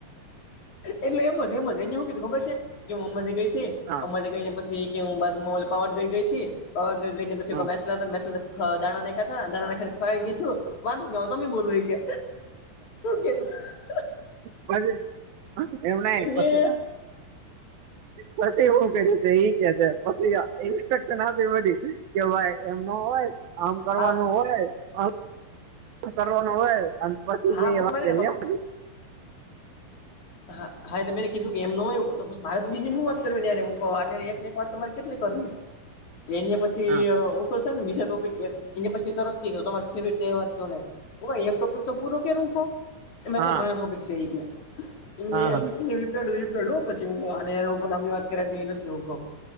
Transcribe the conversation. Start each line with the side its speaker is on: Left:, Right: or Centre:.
Left: એટલે એમ જ એમ જ એને શું કીધું ખબર છે કે હું અંબાજી ગઈ,
Right: હા
Left: અંબાજી ગઈ ને પછી કે હું બાજુમાં પાવાગઢ ગઈ થી, પાવાગઢ ગઈને પછી
Right: હા
Left: દાણા નાખ્યા હતા દાણા નાખા <unintelligible> વાંધો નય તમે બોલો એ કે <unintelligible>
Right: પછી એમને
Left: ને
Right: પતે. પછી શું કર્યું <unintelligible> ઇન્સ્ટ્રક્શન આપી બધી કે ભાઈ એમ ન હોય આમ કરવાનું
Left: હા
Right: હોય. આમ કરવાનું હોય, અને પછી
Left: હા
Right: જે વાત
Left: મારે
Right: કરી
Left: ને હમ
Right: એમ.
Left: હા હા એટલે, મે એને કીધું કે એમ ન હોય તો પછી મારે તો બીજી હું વાત કરવી અત્યારે એકને એક વાત કેટલી કરવી એને પછી
Right: હા
Left: હું તો છે ને બીજા ટોપિક એ પછી તરત કે તમારો ફેવરેટ તહેવાર કયો ને ઓ ભાઈ એક ટોપિક તો પૂરો કર તું હરખો એ માર
Right: હા
Left: પાહે ઘણા ટોપિક છે એ કે. <unintelligible> હું
Right: હા હા.
Left: કવ આની હારે બોવ લાંબી વાત કર્યા જેવી નથી હું કવ.